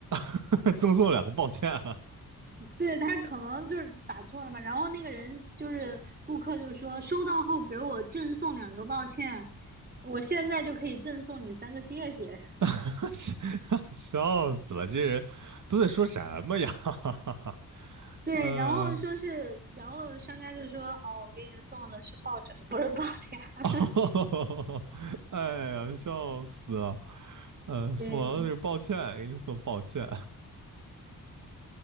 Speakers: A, on the right; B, on the right.
A: <laughs> 赠送两个抱歉，
B: 对他可能就是打错了嘛，然后那个人就是顾客就说收到后给我赠送两个，抱歉，我现在就可以赠送你三个谢谢。
A: <laughs> 笑死了，这人都在说什么呀？<laughs>
B: 对，
A: 呃，
B: 然后说是，然后商家就说哦，我给你送的是抱枕，不是抱
A: 哦哎呀，
B: 枕。<laughs>
A: 笑死了。呃，
B: 对，
A: 送完了那个抱歉，给你送抱歉。